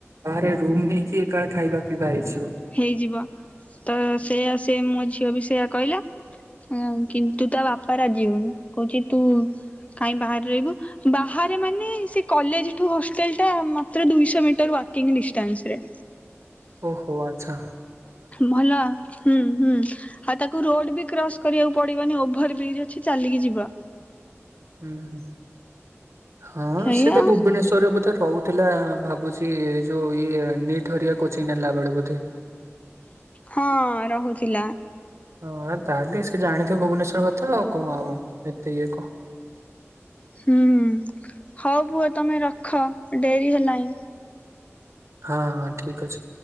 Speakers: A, on the right; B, on the left.
A: ବାହାରେ ରୁମ୍ ନେଇକି ଏକା ଖାଇବା ପିଇବା ହେଇଯିବ।
B: ହେଇଯିବ ତ ସେଇୟା ସେ ମୋ ଝିଅ ବି ସେଇୟଆ କହିଲା। ଅ କି ନ୍ତୁ ତା ବାପା ରାଜି ହଉନି। କହୁଛି ତୁ କାଇଁ ବାହାରେ ରହିବୁ। ବାହାରେ ମାନେ ସେ କଲେଜଠୁ ହଷ୍ଟେଲଟା ମାତ୍ର ଦୁଇଶହ ମିଟର ୱାକିଂ ଡିଷ୍ଟାନ୍ସ ରେ।
A: ଓହୋ ଆଛା।
B: ଭଲ। ହୁଁ ହୁଁ ଆଉ ତାକୁ ରୋଡ ବି କ୍ରସ୍ କରିବାକୁ ପଡିବନି। ଓଭର ବ୍ରିଜ୍ ଅଛି ଚାଲିକି ଯିବ।
A: ହୁଁ ହଁ
B: ହେଇଆ
A: ସେ ତ ଭୁବନେଶ୍ଵରରେ ବୋଧେ ରହୁ ଥିଲା ଭାବୁଛି ଏ ଯୋଉ ଇଏ ନିଟ୍ ହରିଆ କୋଚିଂ ନେଲା ବେଳେ ବୋଧେ।
B: ହଁ ରହୁଥିଲା।
A: ହଁ ଆଉ ତାହେଲେ ସେ ଜାଣିଥିବ ଭୁବନେଶ୍ଵର କଥା ଆଉ। କଣ ଆଉ ଏତେ ଇଏ କଣ।
B: ହୁଁ ହୁଁ ହଉ ପୁଅ ତମେ ରଖ ଡେରି ହେଲାଣି।
A: ହଁ ହଁ ଠିକ ଅଛି।